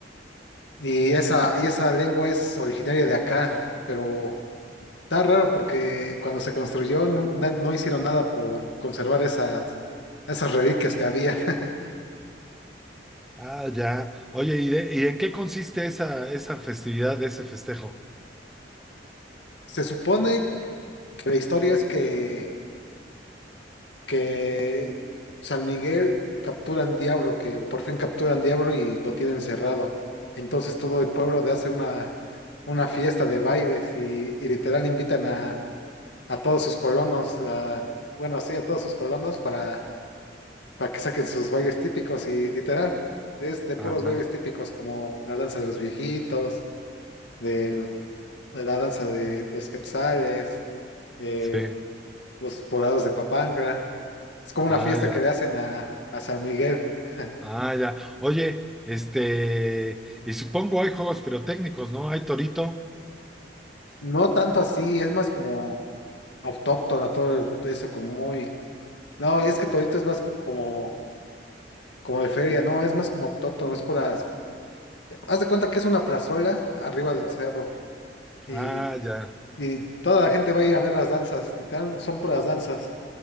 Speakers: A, on the left; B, in the centre.
A: Y esa, y esa lengua es originaria de acá, pero está raro porque cuando se construyó nu- na- no, hicieron nada por conservar esas, esas reliquias que había. <laughs>
B: Ah, ya. Oye, ¿y, de- y en qué consiste esa, esa festividad, ese festejo?
A: Se supone que la historia es que, que San Miguel capturan Diablo, que por fin capturan Diablo y lo tienen cerrado. Entonces todo el pueblo le hace una, una fiesta de bailes y, y literal invitan a, a todos sus colonos, a, bueno, sí, a todos sus colonos para para que saquen sus bailes típicos y literal, es de puros
B: Ajá,
A: bailes típicos como la danza de los viejitos, del- de la danza de los quetzales, eh,
B: sí.
A: los poblados de Papantla. Es como una
B: Ah,
A: fiesta
B: ya.
A: que le hacen a, a San Miguel. <laughs>
B: Ah, ya. Oye, este, y supongo hay juegos pirotécnicos, ¿no? Hay Torito.
A: No tanto así, es más como autóctona, todo el- eso como muy... No, es que Torito es más como, como de feria, no, es más como autóctono, es pura... Haz de cuenta que es una plazuela arriba del cerro y
B: Ah, ya.
A: Y toda la gente va a ir a ver las danzas, literal, son puras danzas,